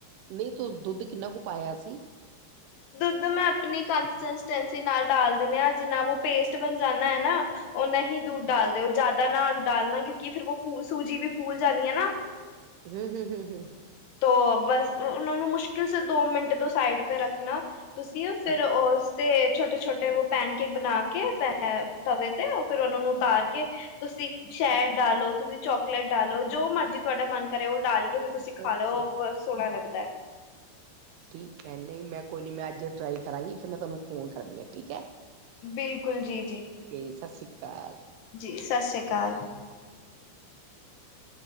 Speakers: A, on the right; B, on the left.
A: ਨਹੀਂ ਤੂੰ ਦੁੱਧ ਕਿੰਨਾ ਕੁ ਪਾਇਆ ਸੀ?
B: ਦੁੱਧ ਮੈਂ ਆਪਣੀ ਕੰਸਿਸਟੈਂਸੀ ਨਾਲ ਡਾਲ ਦਿੰਨਾ ਹਾਂ ਜਿੰਨਾ ਵੋ ਪੇਸਟ ਬਣ ਜਾਂਨਾ ਹੈ ਨਾ ਉਹਨਾਂ ਹੀ ਦੂਧ ਡਾਲ
A: ਅੱਛਾ
B: ਦਿਓ ਜ਼ਿਆਦਾ ਨਾ ਡਾਲਣਾ ਕਿਉਂਕਿ ਫਿਰ ਉਹ ਫੂ ਸੂਜੀ ਵੀ ਫੂਲ ਜਾਂਦੀ ਆ ਨਾ।
A: ਹਮ-ਹਮ, ਹਮ-ਹਮ।
B: ਤੋ ਬਸ ਉਹਨਾਂ ਨੂੰ ਮੁਸ਼ਕਿਲ ਸੇ ਦੋ ਮਿੰਟ ਤੋਂ ਸਾਈਡ ਪੇ ਰੱਖਣਾ ਤੁਸੀਂ ਫਿਰ
A: ਅੱਛਾ
B: ਉਸਤੇ ਛੋਟੇ-ਛੋਟੇ ਵੋ ਪੈਨ ਕੇਕ ਬਣਾ ਕੇ ਪ ਤਵੇ 'ਤੇ ਉਹ ਫਿਰ ਉਹਨਾਂ ਨੂੰ ਉਤਾਰ ਕੇ ਤੁਸੀਂ ਸ਼ਹਿਦ ਡਾਲੋ, ਤੁਸੀਂ ਚੋਕਲੇਟ ਡਾਲੋ, ਜੋ ਮਰਜ਼ੀ ਤੁਹਾਡਾ ਮਨ ਕਰੇ ਉਹ ਡਾਲ ਕੇ ਫਿਰ ਤੁਸੀਂ ਖਾ
A: ਓਕੇ
B: ਲਓ ਸੋਹਣਾ ਲੱਗਦਾ ਹੈ।
A: ਠੀਕ ਹੈ, ਨਹੀਂ ਮੈਂ ਕੋਈ ਨਹੀਂ ਮੈਂ ਅੱਜ ਟਰਾਈ ਕਰਾਂਗੀ ਫਿਰ ਮੈਂ ਤੁਹਾਨੂੰ ਫੋਨ ਕਰਦੀ ਹਾਂ ਠੀਕ ਹੈ।
B: ਬਿਲਕੁਲ, ਜੀ-ਜੀ।
A: ਤੇ ਸਸ੍ਰੀ ਕਾਲ।
B: ਜੀ ਸਸ਼੍ਰੀ ਕਾਲ।
A: <inaudible>